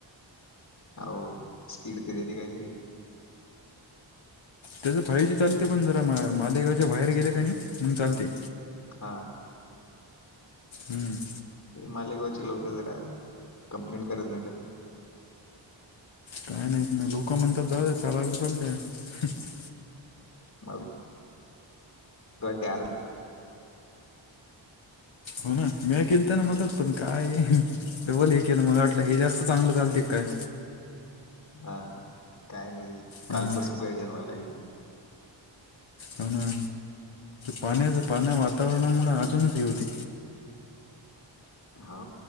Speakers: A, on the left (about 40°); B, on the left (about 75°).
A: हो स्पीड ते देते काहीतरी...
B: त्याच फायु जी चालते पण जरा मालेगावच्या बाहेर गेले का नाही मंग चालते.
A: हां
B: हम्म
A: मालेगावची लोक जरा कंप्लेंट करत नाही तर,
B: काय नाहीत नाही लोक म्हणतात द चालायला चालत्या <unintelligible>
A: अ, तट्यार,
B: हो ना, मै केलत्याना मदत पण काय ये डबल हे केलं, मला वाटलं हे जास्त चांगलं चालते काय,
A: हा ह काय नाही कालपासून
B: हां
A: पैेशनवा <unintelligible> लागेल.
B: हो ना पाण्या पाण्या वातावरणामुळें अजूनच ही होती.
A: हो